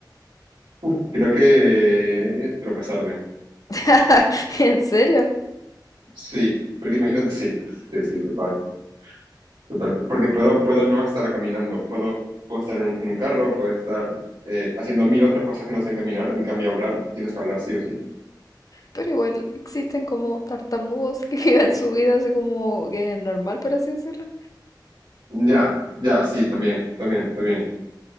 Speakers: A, on the right; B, on the left.
A: <laughs> uf, creo que tropezarme.
B: <laughs> ¿En serio?
A: Sí, porque imagínate, sí, sí, sí, total. Total, porque puedo, puedo no estar caminando, puedo, puedo estar en un, en un carro, puedo estar eh, haciendo mil otras cosas que no sean caminar, en cambio hablar, tienes que hablar sí o sí.
B: Pero igual existen como tartamudos que <laughs> viven su vida así como que es normal, por así decirlo.
A: Ya, ya, sí, también, también, también.